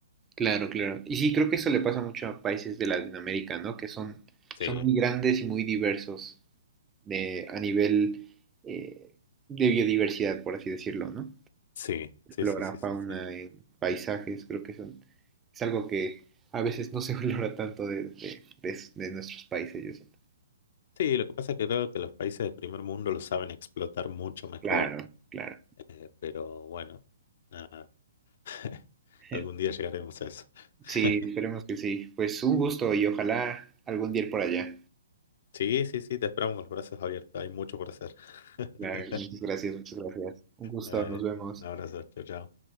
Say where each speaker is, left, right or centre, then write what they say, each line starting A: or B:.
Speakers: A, on the right; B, on the left.
A: claro, claro. Y sí, creo que eso le pasa mucho a países de Latinoamérica, ¿no? Que son,
B: Sí.
A: son muy grandes y muy diversos de, a nivel eh, de biodiversidad, por así decirlo, ¿no?
B: Sí, sí,
A: Flora,
B: sí, sí, sí,
A: fauna,
B: sí.
A: eh, paisajes, creo que son, es algo que a veces no se <laughs> valora tanto de, de, de de nuestros países, yo siento.
B: Sí, lo que pasa es que creo que los países del primer mundo lo saben explotar mucho mejor,
A: Claro, claro.
B: eh, pero bueno, nada, <laughs>
A: <laughs>
B: algún día llegaremos a eso. <laughs>
A: Sí, esperemos que sí. Pues un gusto y ojalá algún día ir por allá.
B: Sí, sí, sí, te esperamos con los brazos abiertos, hay mucho por hacer. <laughs>
A: Claro, muchas gracias, muchas gracias. Un gusto,
B: Dale,
A: nos vemos.
B: un abrazo, chao, chao.